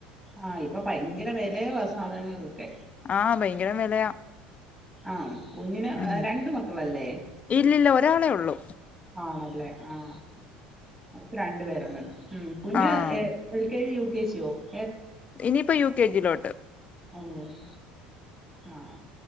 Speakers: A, on the right; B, on the left.
A: ആ ഇപ്പൊ ഭയങ്കര വിലയ സാധനങ്ങൾൊക്കെ
B: ആഭയങ്കര വിലയാ
A: ആകുഞ്ഞിന്
B: ഉം
A: രണ്ട് മക്കളല്ലേ
B: ഇല്ലില്ല ഒരാളെള്ളു
A: ആണല്ലേ ആ ക്ക് രണ്ടു പേരുണ്ട് ഉ കുഞ്ഞ്
B: ആഹ്
A: എൽ കെജി യു <unintelligible>
B: ഇനിയിപ്പോ യു കെ ജി ലോ <unintelligible>
A: ആ അ അ